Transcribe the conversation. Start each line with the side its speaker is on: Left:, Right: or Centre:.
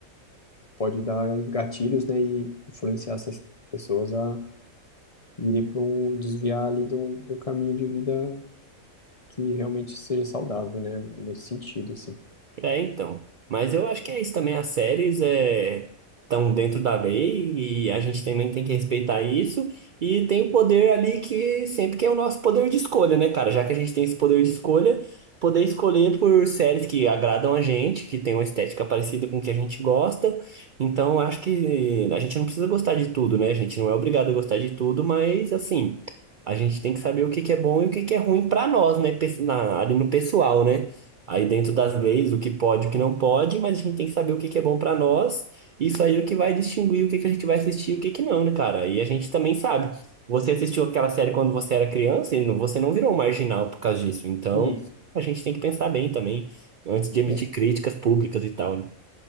Left: pode dar em gatilhos, né, e influenciar essas pessoas a irem para um desviar ali de um de um caminho de vida que realmente seja saudável, né, nesse sentido, assim.
Right: É, então. Mas eu acho que é isso também. As séries é, estão dentro da lei e a gente também tem que respeitar isso. E tem o poder ali que sempre que é o nosso poder de escolha, né, cara? Já que a gente tem esse poder de escolha, poder escolher por séries que agradam a gente, que tem uma estética parecida com o que a gente gosta. Então, eu acho que a gente não precisa gostar de tudo, né? A gente não é obrigado a gostar de tudo, mas assim, a gente tem que saber o que que é bom e o que que é ruim pra nós, né? Pe- na- Ali no pessoal, né? Aí dentro das leis, o que pode, o que não pode, mas a gente tem que saber o que que é bom pra nós. Isso aí é o que vai distinguir o que que a gente vai assistir e o que que não, né, cara? E a gente também sabe. Você assistiu aquela série quando você era criança e não- você não virou um marginal por causa disso. Então,
Left: Isso,
Right: a gente tem que pensar bem também antes de emitir
Left: é,
Right: críticas públicas e tal, né?